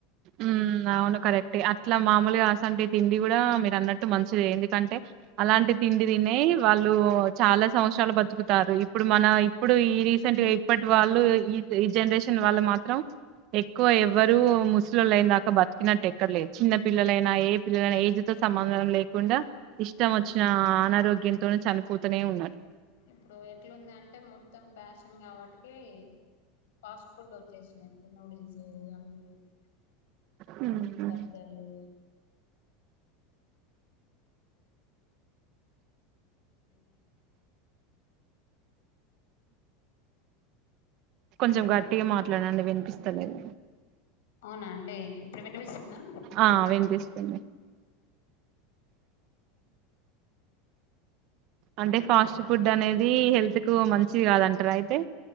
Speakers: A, on the right; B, on the left.
A: ఉమ్ అవును కరెక్ట్ అట్లా మామూలుగా అసంటి తిండి కూడా మీరు అన్నట్టు మంచిది ఎందుకంటే అలాంటి తిండి తినే వాళ్ళు చాలా సంవత్సరాలు బతుకుతారు ఇప్పుడు మన ఇప్పుడు ఈ రీసెంట్ గా ఇప్పటి వాళ్ళు ఈ ఈ జనరేషన్ వాళ్ళ మాత్రం ఎక్కువ ఎవ్వరు ముస్లోళ్లు అయిన దాకా బతికినట్టు ఎక్కడలేరు చిన్న పిల్లలైనా ఏ పిల్లలు అయినా ఏజ్ తో సంబంధం
B: అవును
A: లేకుండా ఇష్టం మొచ్చిన అనారోగ్యంతోనే చనిపోతనే ఉన్నారు
B: ఇప్పుడు ఎట్లుంది అంటే మొత్తం ఫ్యాషన్ కాబట్టి కి ఫాస్ట్ ఫుడ్ వచ్చేసినై ఇప్పుడు నూడిల్స్ అవ్వి బిర్యాని
A: హ్మ్.
B: బర్గర్ లు యూత్ అంతా
A: కొంచెం
B: ఈ
A: గట్టిగా మాట్లాడండి వినిపిస్తలేదు
B: అవునా అండి ఇప్పుడు వినిపిస్తుందా
A: ఆ వినిపిస్తుంది అంటే ఫాస్ట్ ఫుడ్ అనేది హెల్త్ కు మంచిది కాదంటార అయితే